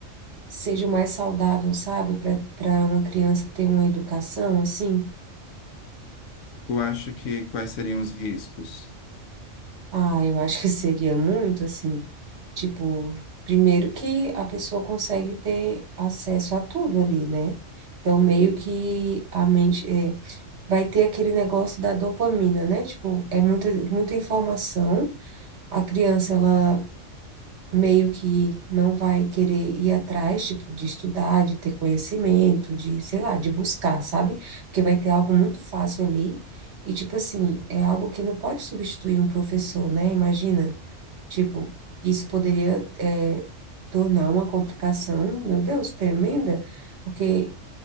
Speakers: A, on the right; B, on the left.
A: seja o mais saudável, sabe, para para uma criança ter uma educação, assim,
B: Tu acha que quais seriam os riscos?
A: Ah, eu acho que seria muito assim, tipo, primeiro que a pessoa consegue ter acesso a tudo ali, né? Então, meio que a mente é, vai ter aquele negócio da dopamina, né? Tipo, é muita, muita informação. A criança, ela meio que não vai querer ir atrás, tipo, de estudar, de ter conhecimento, de, sei lá, de buscar, sabe? Porque vai ter algo muito fácil ali. E, tipo assim, é algo que não pode substituir um professor, né? Imagina, tipo, isso poderia, é, tornar uma complicação, meu Deus, tremenda, porque